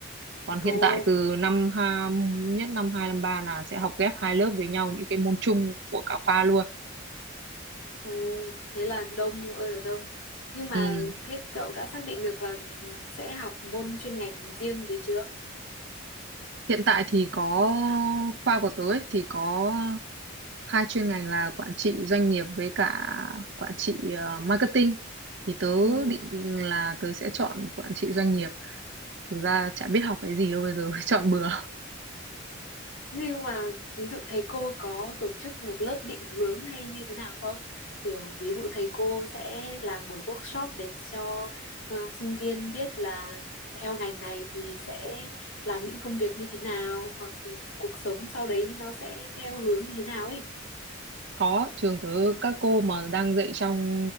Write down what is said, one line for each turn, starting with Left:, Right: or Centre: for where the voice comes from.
Right: còn hiện
Left: ồ,
Right: tại từ năm ha, nhất năm hai năm ba là sẽ học ghép hai lớp với nhau những cái môn chung của cả khoa luôn
Left: ồ, thế là đông ơi là đông. Nhưng mà
Right: ừ
Left: thế cậu đã xác định được là mình sẽ học môn chuyên ngành riêng gì chưa?
Right: Hiện tại thì có khoa của tớ ấy, thì có hai chuyên ngành là quản trị doanh nghiệp với cả quản trị ờ, marketing. Thì tớ
Left: Ừ.
Right: định là tớ sẽ chọn quản trị doanh nghiệp. Thực ra chả biết học cái gì đâu bây giờ <laughs> chọn bừa.
Left: Nhưng mà ví dụ thầy cô có tổ chức một lớp định hướng hay như thế nào không? Kiểu ví dụ thầy cô sẽ làm buổi workshop để cho ờ, sinh viên biết là theo ngành này thì sẽ làm những công việc như thế nào hoặc cuộc sống sau đấy nó sẽ theo hướng như thế nào ấy.
Right: có trường tớ các cô mà đang dạy trong